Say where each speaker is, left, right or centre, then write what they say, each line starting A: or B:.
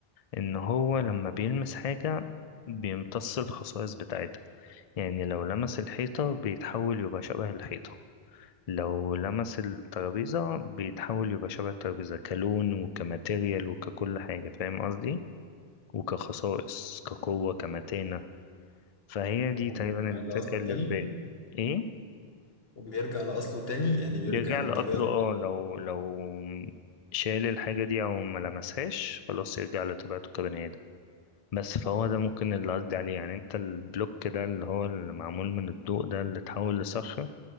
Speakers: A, on the left; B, on the left.
A: ان هو لما بيلمس حاجه بيمتص الخصائص بتاعتها يعني لو لمس الحيطه بيتحول يبقى شبه الحيطه لو لمس الترابيزه بيتحول يبقى شبه الترابيزه كلون وكماتيريال وككل حاجه فاهم قصدي وكخصائص كقوه كمتانه فهي دي
B: وبيرجع
A: تقريبا الفكره
B: لأصله
A: اللي
B: تاني
A: في بالي ايه
B: وبيرجع لأصله تاني يعني بيرجع
A: بيرجع
B: لطبيعته
A: لأصله اه
B: تاني
A: لو لو شال الحاجة دي أو ما لمسهاش خلاص يرجع لطبيعته كبني آدم بس فهو ده ممكن اللي قصدي عليه يعني انت البلوك ده اللي هو اللي معمول من الضوء ده اللي اتحول لصخرة